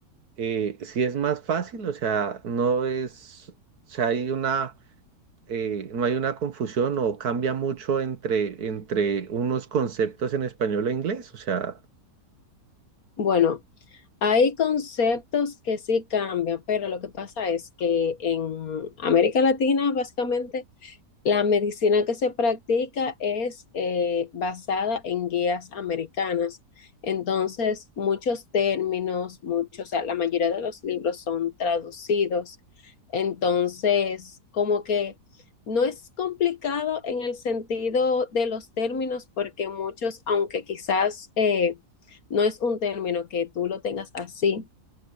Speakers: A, on the right; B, on the left.
A: eh, sí es más fácil, o sea, no es, o sea, hay una, eh, no hay una confusión o cambia mucho entre, entre unos conceptos en español e inglés, o sea.
B: Bueno, hay conceptos que sí cambian, pero lo que pasa es que en América Latina básicamente La medicina que se practica es eh, basada en guías americanas. Entonces, muchos términos, muchos, o sea, la mayoría de los libros son traducidos. Entonces, como que no es complicado en el sentido de los términos, porque muchos, aunque quizás eh, no es un término que tú lo tengas así,